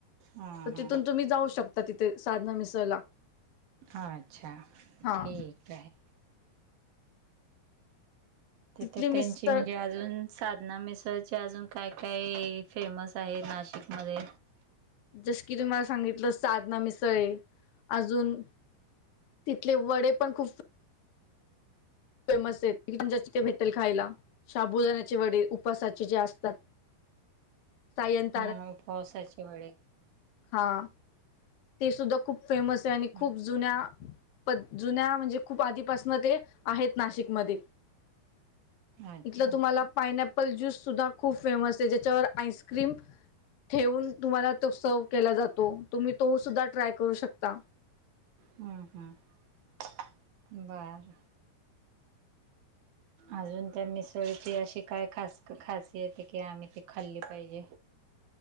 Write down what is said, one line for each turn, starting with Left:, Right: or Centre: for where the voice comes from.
Right: हा
Left: तर तिथून तुम्ही जाऊ शकता तिथे साधना मिसळला
Right: अच्छा
Left: हा
Right: ठीक आहे. तिथे
Left: तिथली मिसळ
Right: त्यांची म्हणजे अजून साधना मिसळची अजून काय काय फेमस आहे नाशिकमध्ये
Left: जस की तुम्हाला सांगितलं साधना मिसळ आहे अजून तिथले वडे पण खूप फेमस आहेत म्हणजे भेटेल खायला शाबूदाण्याचे वडे उपवासाचे जे असतात. सायंंत
Right: ह पावसाची वेळी
Left: हा ते सुद्धा खूप फेमस आहे आणि खूप
Right: हम्म
Left: जुन्या पण जुन्या म्हणजे खूप आधीपासन ते आहेत नाशिकमध्ये
Right: अच्छा
Left: इथलं तुम्हाला पाइनॲपल ज्यूस सुद्धा खूप फेमस आहे ज्याच्यावर आईस्क्रीम ठेवून तुम्हाला तो सर्व केला जातो तुम्ही तो सुद्धा ट्राय करू शकता.
Right: हम्म हम्म बरं
Left: <inaudible>
Right: अजून त्या मिसळीची अशी काय खास खाास येते की आम्ही ती खाल्ली पाहिजे